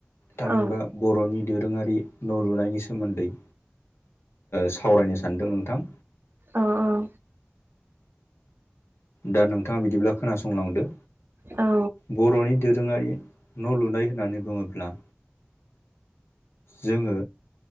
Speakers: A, on the left (about 90°); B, on the right (about 60°).
A: थामहिनबा
B: औ
A: बर'नि दोरोङारि न' लुनायनि सोमोन्दै सावरायनो सानदों नोंथां
B: अ औ
A: दा नोंथाङा बिदिब्ला खोनासंलांदो
B: औ
A: बर'नि दोरोङारि न' लुनाय होननानै बुङोब्ला जोङो